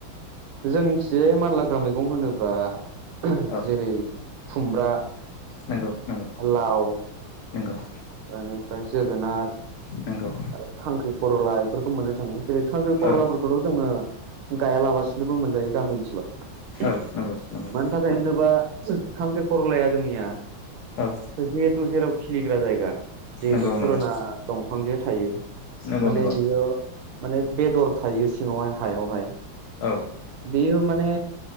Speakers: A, on the right; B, on the left.
A: जोंनिथियै मानलाग्रा मैगं होनोब्ला
B: औ
A: जेरै खुमब्रा
B: नंगौ नंगौ
A: लाव
B: नंगौ
A: बेनिफ्राय जोगोनार
B: नंगौ
A: आरो खांख्रि परला बेफोरखौ मोननो थाङो जेरै खांख्रि परलाफोरखौथ'
B: औ
A: जोङो गायालाबासिनोबो मोनजायो गामि ओनसोलाव
B: औ नंगौ नंगौ
A: मानि थाखाय होनोबा खांख्रि खरलाया जोंनिया
B: औ
A: जिहेथु जेराव खिलिग्रा जायगा जिहेतु
B: नंगौ
A: फुराना
B: नंगौ
A: दंफांजों थायो
B: नंगौ
A: माने
B: नंगौ
A: बियो माने बेदर थायो सिङावहाय हायावहाय
B: औ
A: बेयो माने